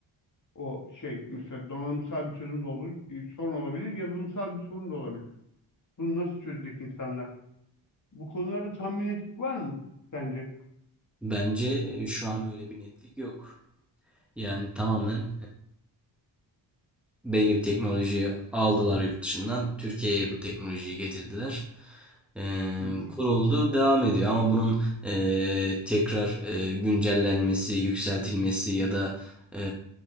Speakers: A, on the left (about 40°); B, in the centre.
A: O şey mesela donanımsal bir çözüm de olur, e, sorun olabilir, yazılımsal bir sorun da olabilir. Bunu nasıl çözecek insanlar? Bu konularda tam bir var mı sence?
B: Bence e, şu an öyle bir netlik yok. Yani tamamen belli bir teknolojiyi aldılar yurt dışından. Türkiye'ye bu teknolojiyi getirdiler. Ee,
A: Hı hı.
B: kuruldu, devam ediyor. Ama bunun e, tekrar e, güncellenmesi, yükseltilmesi ya da e,